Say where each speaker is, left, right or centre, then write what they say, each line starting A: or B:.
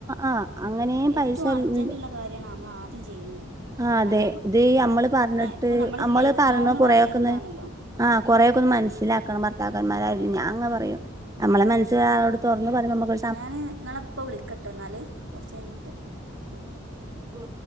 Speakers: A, on the right; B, on the right.
A: ആഹ് അങ്ങനെയും
B: ഏറ്റവും
A: പൈസ <unintelligible>
B: അർജൻ്റുള്ള കാര്യമാണ് നമ്മൾ ആദ്യം ചെയ്യേണ്ടത്
A: ആഹ്
B: കാരണം
A: അതെ ഇത് അമ്മള് പറഞ്ഞിട്ട്
B: ഇപ്പം നമ്മുടെ
A: അമ്മള്
B: ലൈഫ്
A: പറണ
B: ലോങ്
A: കൊറേക്കൊന്ന്
B: വേണ്ടിയതാണല്ലോ
A: ആഹ് കൊറേക്കൊന്ന് ഒന്ന് മനസ്സിലാക്കണം ഭർത്താക്കന്മാരായാലും ഞാൻ അങ്ങ പറയും നമ്മളെ മനസ് ഒരാളോട് തുറന്ന് പറയുമ്പോ നമുക്ക്
B: ഞാന് നിങ്ങളെ ഇപ്പോ വിളിക്കട്ടെ എന്നാല് കുറച്ച് കഴിഞ്ഞിട്ട് ആ
A: ഉം